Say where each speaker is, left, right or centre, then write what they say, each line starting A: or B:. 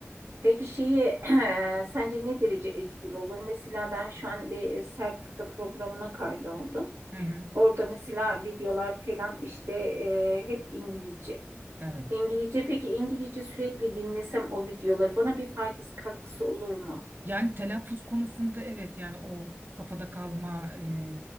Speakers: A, on the right; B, on the right.
A: Peki şeyi <clears throat> sence ne derece etkili olur? Mesela ben şu an bir e, sertifika programına kaydoldum.
B: Hı hı.
A: Orada mesela videolar falan işte e, hep İngilizce.
B: Evet.
A: İngilizce peki İngilizce sürekli dinlesem o videoları bana bir faydası katkısı olur mu?
B: Yani telaffuz konusunda evet yani o kafada kalma e,